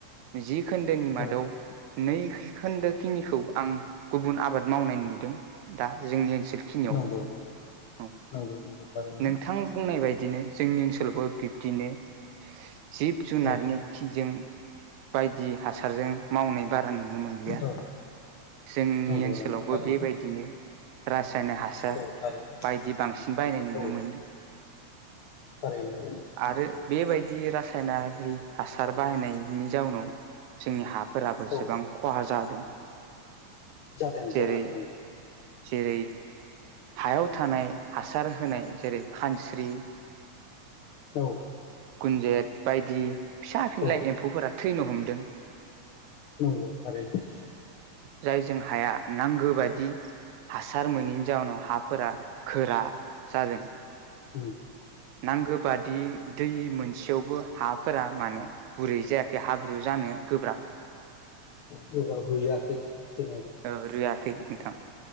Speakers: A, on the right; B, on the left.
A: जि खोन्दोनि मादाव
B: औ
A: नै खोन्दो बेखिनिखौ आं गुबुन आबाद मावनाय नुदों दा जोंनि ओनसोलखिनियाव
B: नंगौ नंगौ
A: औ
B: नंगौ नंगौ थारैनो
A: नोंथां बुंनाय बायदि बिदिनो जोंनि ओनसोलावबो बिब्दिनो जिब- जुनारनि
B: औ
A: खिजों बायदि हासारजों मावनाय बारा नुनो मोनलिया।
B: औ
A: जोंनि
B: नंगौ
A: ओनसोलावबो
B: नंगौ थारैनो
A: बेबायदिनो रासायना हासार
B: औ थारैनो
A: बायदि बांसिन बायनाय नुनो
B: औ
A: मोनदों
B: थारैनो
A: आरो बेबायदि रासायना रि हासार बाहायनायनि जाउनाव जोंनि हाफोराबो
B: औ
A: गोबां खहा जादों
B: जादों
A: जेरै
B: जानो हागौ
A: जेरै हायाव थानाय हासार होनाय जेरै खानस्रि
B: नंगौ
A: गुुनजेत बायदि फिसा-
B: औ
A: फिनलााय
B: औ
A: एम्फौफोरा थैनो हमदों।
B: नंगौ थारैनो।
A: जाय जों हाया नांगौ बादि हासार मोनैनि जाउनाव हाफोरा गोरा जादों।
B: उ।
A: नांगौ बादि,, दै मोनसेयावबो हाफोरा माने गुरै जायाखै हाब्रु जानो गोब्राब?
B: गोबाब हैयाखै,, जेनेबा
A: औ रुयाखै नोंथां।